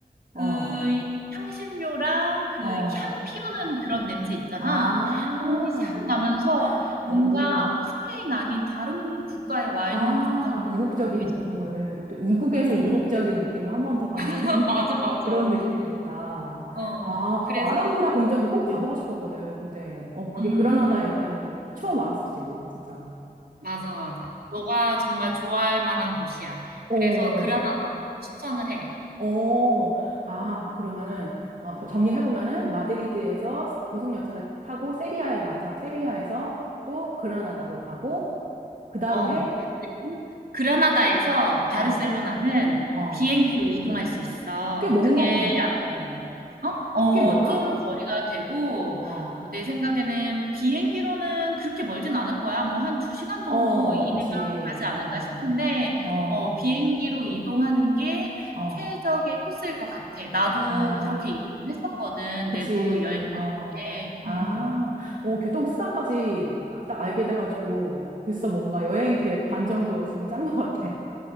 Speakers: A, on the right (about 55°); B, on the right (about 70°).
A: 어,
B: 그 향신료랑 그
A: 어.
B: 향 피우는 그런 냄새 있잖아.
A: 아,
B: 그런 게 싹 나면서 뭔가
A: 오.
B: 스페인 아닌 다른 국가에 와
A: 아,
B: 있는 듯한 그런
A: 이국적인
B: 느낌이
A: 느낌을,
B: 좀 들어.
A: 또 이국에서
B: 음.
A: 이국적인 느낌을 한 번 더 받는
B: <laughs>
A: <laughs>
B: 맞아, 맞아.
A: 그런 느낌이겠다.
B: 어.
A: 아,
B: 그래서
A: 어, 아람브라 궁전도 꼭 가보고 싶었거든. 근데, 어, 그게
B: 음.
A: 그라나다에 있다니 처음 알았어, 지금, 진짜.
B: 맞아, 맞아. 너가 정말 좋아할 만한 곳이야.
A: 어,
B: 그래서 그라나다도 추천을 해.
A: 어, 아, 그러면은, 어, 저- 정리해보면은, 마드리드에서 고속열차를 타고 세비야에 가서, 세비야에서 또 그라나다로 가고, 그 다음에,
B: 어. 그리고 그라나다에서 바르셀로나는
A: 어, 어,
B: 비행기로 이동할 수 있어.
A: 꽤 먼가
B: 그게
A: 보네. 어,
B: 어? 어,
A: 꽤 멀어?
B: 좀 거리가 되고,
A: 어.
B: 어, 내 생각에는 비행기로는 그렇게 멀진 않을 거야. 뭐 한 두 시간 정도
A: 어,
B: 이내면
A: 그치.
B: 가지 않을까
A: 어,
B: 싶은데,
A: 어,
B: 어, 비행기로 이동하는 게
A: 어,
B: 최적의 코스일 것 같아. 나도
A: 아,
B: 그렇게 이동을 했었거든.
A: 그치.
B: 내부 여행 다닐
A: 어,
B: 때.
A: 아,
B: 음.
A: 어, 교통수단까지 딱 알게 돼가지고 벌써 뭔가 여행 계획 반 정도 지금 짠 것 같아.